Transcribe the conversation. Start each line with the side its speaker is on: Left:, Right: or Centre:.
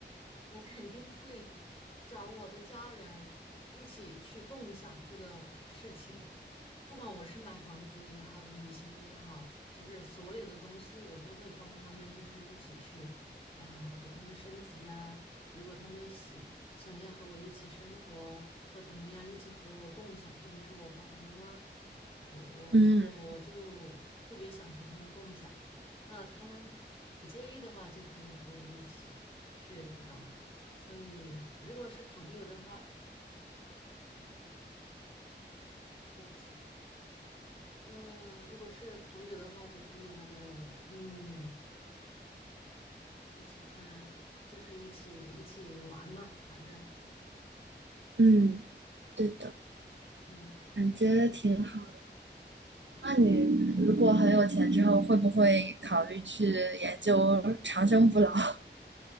Left: 我肯定会找我的家人一起去共享这个事情，不管我是买房子也好，旅行也好，就是所有的东西我都会帮他们，就是一起去，呃，给他们升级啊。如果他们喜想要和我一起生活或怎么样，一起和我共享，特别是我爸爸妈妈，我我父母，
Right: 嗯
Left: 我就特别想和他们共享。那他们不介意的话，就可以和我一起，就是这种。所以，如果是朋友的话，对不起，呃，如果是朋友的话，就可以那个，嗯，一起看，就是一起一起玩嘛，反正，
Right: 嗯，对的，
Left: 嗯。
Right: 感觉挺好。
Left: 对。
Right: 那你如果很有钱之后，会不会考虑去研究长生不老？<laughs>